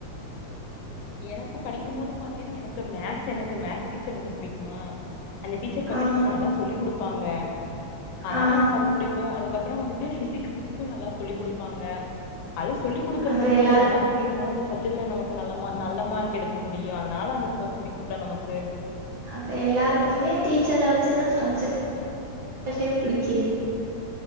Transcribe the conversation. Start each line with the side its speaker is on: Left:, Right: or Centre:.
Left: எனக்கு படிக்கும் போது பாத்தீனா எனக்கு மேக்ஸ் எனக்கு மேக்ஸ் டீச்சர் ரொம்ப புடிக்குமா அந்த டீச்சர் பாத்தினா
Right: ஆ
Left: கொஞ்ச நல்லா சொல்லி குடுப்பாங்க அதால
Right: ஆ
Left: எனக்கு அது புடிக்கு அதுக்கப்பற வந்துட்டு ஃபிசிக்ஸ் மிஸ்ஸு நல்லா சொல்லி் குடுப்பாங்க அது சொல்லி குடுக்குறது
Right: அப்ப
Left: நமக்கு
Right: எல்லாரு
Left: கொஞ்ச நல்லா புரியறனால அந்த சப்ஜெக்ட்ல நமக் இப்ப நல்ல மா நல்ல மார்க் எடுக்க முடியு அதனால அந்த ப புடிக்குன்டா நமக்கு
Right: அப்ப எல்லாருக்குமே டீச்சர வச்சுதா சப்ஜெக்ட் டயு பிடிக்குது